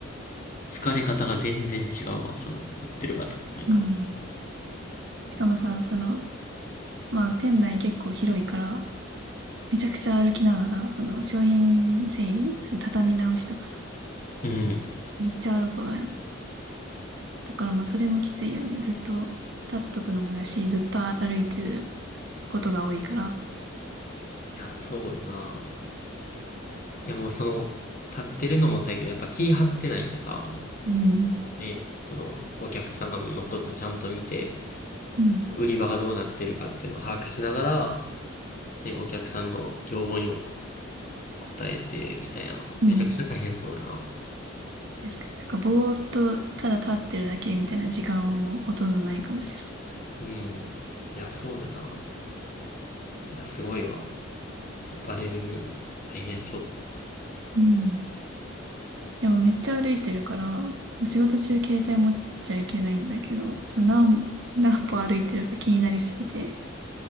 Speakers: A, on the left (about 40°); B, on the right (about 60°).
A: 疲れ方が全然違うわ、その、立ってるか立ってないか。
B: うん。しかもさ、その、まあ店内結構広いから、めちゃくちゃ歩きながら、その商品整理、その畳み直しとかさ、
A: うん。い
B: めっちゃ歩くわやん。だからまあそれもきついよね。ずっと立っとくのもだし、ずっと歩いてることが多いから。
A: や、そうよな。いや、もうその、立ってるのもそうやけど、やっぱ気張ってないとさ、
B: うん。
A: ね、その、お客様のことちゃんと見て、
B: うん。
A: 売り場がどうなってるかっていうのを把握しながら、ね、お客さんの要望にも応えて、みたいな。
B: うん。
A: めちゃくちゃ大変そうよな。
B: 確かに。なんかぼーっとただ立ってるだけみたいな時間はもうほとんどないかもしれない。
A: うん。いや、そうよな。いや、すごいわ。アパレル、大変そう。
B: うんいやもうめっちゃ歩いてるから、もう仕事中携帯持っちゃいけないんだけど、その何、何歩歩いてるか気になりすぎて、